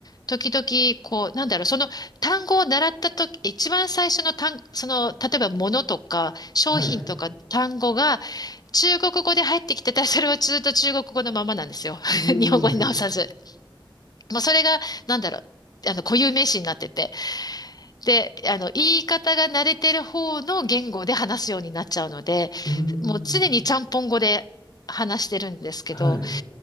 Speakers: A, on the left (about 45°); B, on the left (about 75°).
A: 時々、こう、なんだろう、その単語を習ったとき、一番最初の単、その、例えば物とか商品とか単語が
B: はい。
A: 中国語で入ってきてたら、それはずっと中国語のままなんですよ。
B: うーん。
A: <laughs> 日本語に直さず。まあ、それが、なんだろう、あの、固有名詞になってて。で、あの、言い方が慣れてる方の言語で話すようになっちゃうので、
B: うー
A: もう常にちゃんぽん語で話してるんですけど、
B: ん。はい。